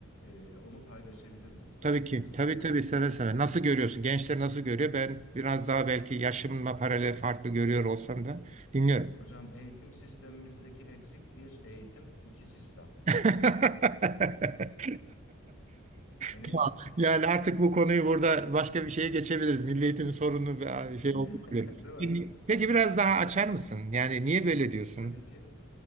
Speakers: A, on the left; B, on the right.
A: Eee, onu paylaşabilirim isterseniz
B: Tabii ki.
A: sizle.
B: Tabii tabii seve seve. Nasıl görüyorsun? Gençler nasıl görüyor? Ben biraz daha belki yaşımla paralel farklı görüyor olsam da dinliyorum.
A: Hocam eğitim sistemimizdeki eksik bir eğitim, iki sistem.
B: <laughs>
A: Hani
B: Tamam. Yani artık bu konuyu burada başka bir şeye geçebiliriz. Milli eğitimin sorunu ve
A: <laughs>
B: şey oldu böyle.
A: Değil mi?
B: Peki peki biraz daha açar mısın? Yani niye böyle diyorsun?
A: Tabii ki.